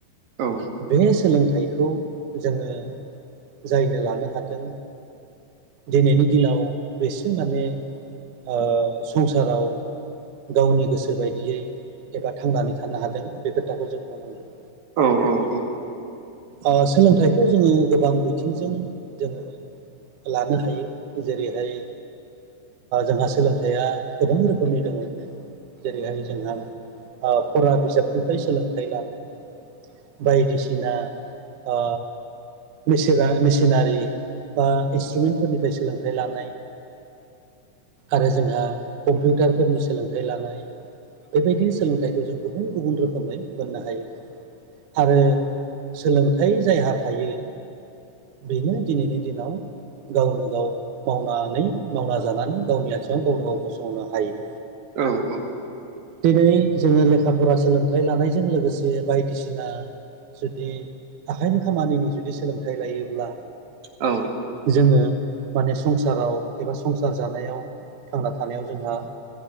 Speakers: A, on the right; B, on the right.
A: औ
B: बे सोलोंथाइखौ जोङो जायनो लानो हादों दिनैनि दिनाव बेसे माने ओ संसाराव गावनि गोसो बायदियै एबा थांनानै थानो हादों बे खोथाखौ जों बुंनांगोन
A: औ औ औ
B: अ सोलोंथाइखौ जोङो गोबां बिथिंजों जोङो लानो हायो जेरैहाय जोंहा सोलोंथाइया गोबां रोखोमनि दङ। जेरैहाय जोंहा ओ फरा बिजाबनिफ्राय सोलोंथाइ लानो बायदिसिना ओ मेसिना मेसिनारि बा इन्सट्रुमेन्टफोरनिफ्राय सोलोंथाइ लानाय आरो जोंहा कम्पिउटारफोरनि सोलोंथाइ लानाय बेबायदिनो सोलोंथाइखौ जों गुबुन गुबुन रोखोमै मोननो हायो आरो। सोलोंथाइ जायहा थायो बेनो दिनैनि दिनाव गावनो गाव मावनानै मावना जानानै गावनि आथिङाव गावनो गाव गसंनो हायो।
A: औ औ
B: दिनै जोङो लेखा फरा सोलोंथाइ लानायजों लोगोसे बायदिसिना जुदि आखाइनि खामानिनि जुदि सोलोंथाइ लायोब्ला
A: औ
B: जोङो माने संसाराव एबा संसार जानायाव थांना थानायाव जोंहा